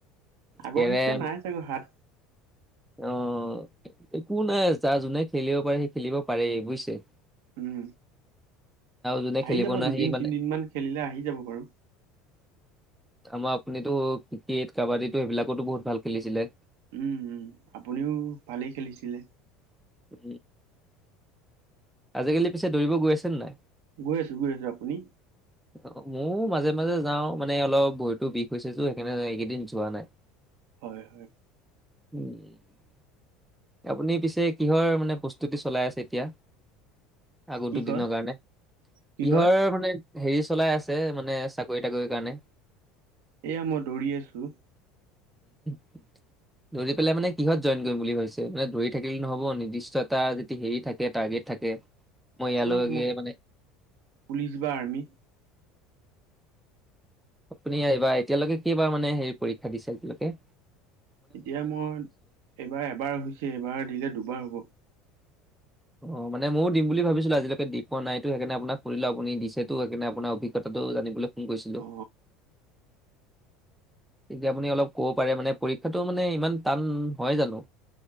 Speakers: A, on the right; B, in the centre.
A: আগৰ
B: কেৰেম
A: নিচিনা নাই চাগৈ হাত
B: অ', একো নাই যাৰ যোনে খেলিব পাৰে সেই খেলিব পাৰেই বুইছে
A: উম
B: যোনে
A: আহি
B: খেলিব
A: যাব
B: নোৱাৰে
A: দুদিন
B: সি মানে
A: তিনিদিন মান খেলিলে আহি যাব বাৰু
B: আমাৰ আপুনিতো ক্ৰিকেট কাবাডীটো সেইবিলাকতো বহুত ভাল খেলিছিলে
A: উম, উম আপুনিও ভালেই খেলিছিলে।
B: উ আজিকালি পিছে দৌৰিব গৈ আছেনে নাই?
A: গৈ আছো গৈ আছো আপুনি
B: অ, ময়ো মাজে, মাজে যাওঁ মানে অলপ ভৰিতো বিষ হৈছেতো সেইকাৰণে এইকেইদিন যোৱা নাই।
A: হয়, হয়।
B: উম। আপুনি পিছে কিহৰ মানে প্ৰস্তুতি চলাই আছে এতিয়া। আগৌতো
A: কি
B: দুদিনৰ
A: কয়
B: কাৰণে
A: কি
B: কিহৰ
A: কয়
B: মানে হেৰি চলাই আছে ছে মানে চাকৰি তাকৰিৰ কাৰণে।
A: এয়া মই দৌৰি আছোঁ।
B: উ <inaudible> দৌৰি পেলাই মানে কিহত জইন কৰিম বুলি ভাবিছে? মানে দৌৰি থাকিলে নহ'ব নিৰ্দিষ্ট এটা যদি হেৰি থাকে টাৰ্গেট থাকে, মই
A: আপোনাৰ
B: ইয়ালৈকে
A: মোক
B: মানে <inaudible>
A: পুলিচ বা আৰ্মি
B: আপুনি এইবাৰ এতিয়ালৈকে কেইবাৰ মানে হেৰি পৰীক্ষা দিছে এতিয়ালৈকে?
A: এতিয়া মই এইবাৰ এবাৰ হৈছে, এইবাৰ দিলে দুবাৰ হ'ব।
B: অ', মানে মইয়ো দিম বুলি ভাবিছিলোঁ, আজিলৈকে দি পোৱা নাইটো সেইকাৰণে আপোনাক সুধিলোঁ আপুনি দিছেতো সেইকাৰণে আপোনাৰ অভিজ্ঞতা তো জানিবলৈ ফোন কৰিছিলোঁ।
A: অ
B: তেতিয়া আপুনি অলপ ক'ব পাৰে মানে পৰীক্ষাটো মানে ইমান টান হয় জানো।